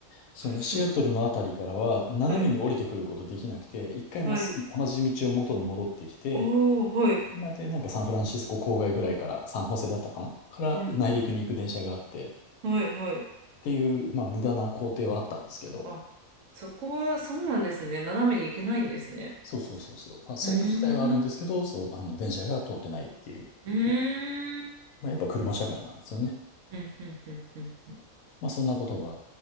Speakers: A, on the right; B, on the left.
A: <laughs>
B: そのシアトルのあたりからは斜めに降りてくることできなくて、
A: すごい。はい。
B: 一回まっすぐ同じ道を元に戻ってきて、
A: はい。おお、はい。
B: なので、なんかサンフランシスコ郊外ぐらいから、サンホセだったかなから内陸に行く電車があって、
A: うん。
B: っ
A: はい、はい。
B: ていう、まあ無駄な工程はあったんですけど、
A: あ、そこはそうなんですね。斜めに行けないんですね。
B: そうそうそうそう。まあ線路自体はあるんですけど、
A: うーん。
B: そう、あの電車が通ってないっていう、
A: うーん。
B: まあやっぱ車社会なんですよね。
A: うん、うん、うん、うん、うん。
B: まあそんなことが、